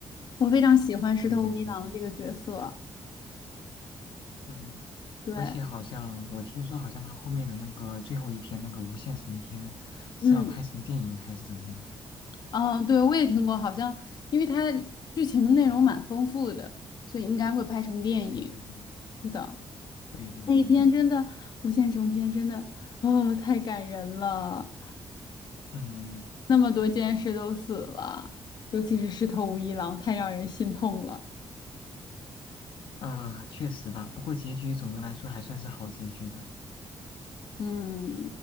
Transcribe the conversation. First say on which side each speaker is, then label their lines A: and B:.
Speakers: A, on the left; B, on the left.
A: 我非常喜欢石头无一郎这个角色。
B: 对对对，嗯，
A: 对，
B: 而且好像我听说好像他后面的那个最后一篇那个无限城篇是要拍成电影还是怎么样？
A: 嗯嗯，对，我也听过，好像因为它剧情内容蛮丰富的，
B: 嗯，
A: 所以应该会拍成电影。
B: 对对对
A: 是的，
B: 对对对，
A: 那一篇真的无限城篇真的，啊，太感人了。
B: 嗯。
A: 那么多剑士都死了，尤其是石头无一郎，太让人心痛了。
B: 啊，确实吧，不过结局总的来说还算是好结局的。
A: 嗯，